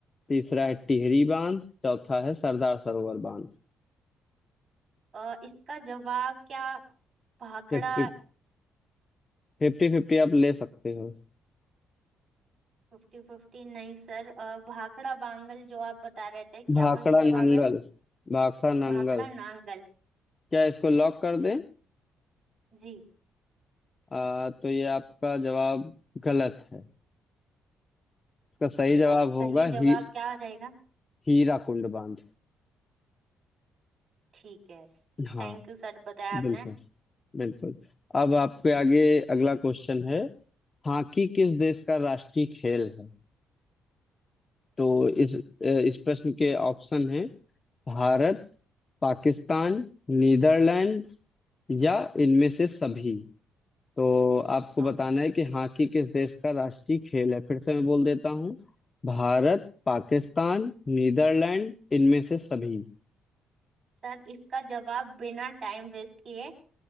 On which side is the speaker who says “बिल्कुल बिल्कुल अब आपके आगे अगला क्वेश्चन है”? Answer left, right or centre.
Left